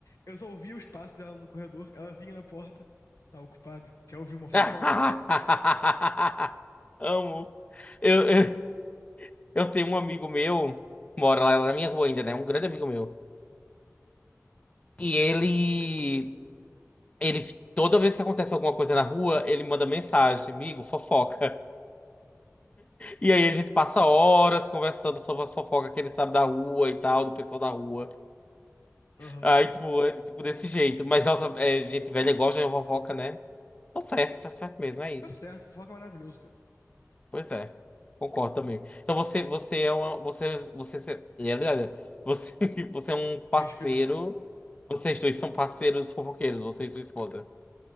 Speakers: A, on the left (about 85°); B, on the left (about 25°).
A: Eu só ouvia os passos dela no corredor, ela vinha na porta, tá ocupado, quer ouvir uma fofoca?
B: <laughs>
A: <laughs>
B: Amo. Eu, eu, eu tenho um amigo meu, mora lá na minha rua ainda, né? Um grande amigo meu. E ele. Ele, toda vez que acontece alguma coisa na rua, ele manda mensagem, amigo, fofoca. <laughs> E aí a gente passa horas conversando sobre as fofocas que ele sabe da rua e tal, do pessoal da rua.
A: Aham.
B: Aí, tipo, é, tipo desse jeito. Mas, nossa, é, gente velha gosta de fofoca, né? Tá certo, tá certo mesmo, é isso.
A: Tá certo, fofoca é maravilhoso, cara.
B: Pois é, concordo também. Então você, você é uma, você, você, você, você, <laughs> você é um parceiro,
A: Respira. <laughs>
B: vocês dois são parceiros fofoqueiros, você e sua esposa.